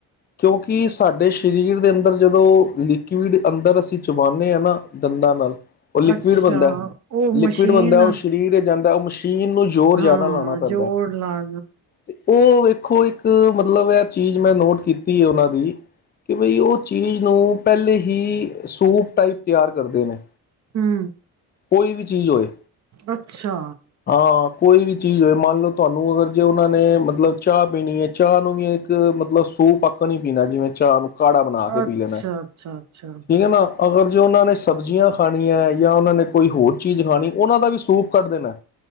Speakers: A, on the left; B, on the right.
A: ਕਿਉਂਕਿ ਸਾਡੇ ਸਰੀਰ ਦੇ ਅੰਦਰ ਜਦੋਂ ਲਿਕੁਿਡ ਅੰਦਰ ਅਸੀਂ ਚਬਾਣੇ ਆ ਨਾ। ਦੰਦਾਂ ਨਾਲ ਉਹ ਲਿਕੁਿਡ
B: ਅੱਛਾ
A: ਬਣਦਾ
B: ਉਹ
A: ਲਿਕੁਿਡ
B: ਮਸ਼ੀਨ
A: ਬਣਦਾ ਉਹ ਸਰੀਰ ਜਾਂਦਾ ਮੁਸ਼ ਚੀਨ ਨੂੰ ਜ਼ੋਰ
B: ਹਾਂ
A: ਜ਼ਿਆਦਾ ਲਾਉਣਾ ਪੈਂਦਾ
B: ਜੋੜ ਲਾ
A: ਤੇ ਉਹ ਵੇਖੋ ਇੱਕ ਮਤਲਬ ਐ। ਚੀਜ਼ ਮੈਂ ਨੋਟ ਕੀਤੀ ਹੈ ਉਹਨਾਂ ਦੀ ਕੀ ਬਈ ਉਹ ਚੀਜ਼ ਨੂੰ ਪਹਿਲੇ ਹੀ ਸੂਪ ਟਾਈਪ ਤਿਆਰ ਕਰਦੇ ਨੇ।
B: ਹੂੰ।
A: ਕੋਈ ਵੀ ਚੀਜ਼ ਹੋਏ।
B: ਅੱਛਾ
A: ਹਾਂ, ਕੋਈ ਵੀ ਚੀਜ਼ ਹੋਵੇ। ਮੰਨ ਲੋ ਤੁਹਾਨੂੰ ਅਗਰ ਜੇ। ਉਹਨਾਂ ਨੇ ਮਤਲਬ ਚਾਹ ਪੀਣੀ ਹੈ ਚਾਹ ਨੂੰ ਵੀ ਇੱਕ ਮਤਲਬ ਸੂ ਪੱਕਣ ਹੀ ਪੀਣਾ ਜਿਵੇਂ ਚਾਹ ਨੂੰ ਕਾੜਾ ਬਣਾ ਕੇ ਪੀ
B: ਅੱਛਾ
A: ਲੈਣਾ ਠੀਕ
B: ਅੱਛਾ ਅੱਛਾ
A: ਹੈ ਨਾ ਅਗਰ ਜੋੇ ਉਹਨਾਂ ਨੇ ਸਬਜ਼ੀਆਂ ਖਾਣੀਆਂ ਜਾਂ ਉਹਨਾਂ ਨੇ ਕੋਈ ਹੋਰ ਚੀਜ਼ ਖਾਣੀ ਉਹਨਾਂ ਦਾ ਵੀ ਸੂਪ ਕੱਢ ਦੇਣਾ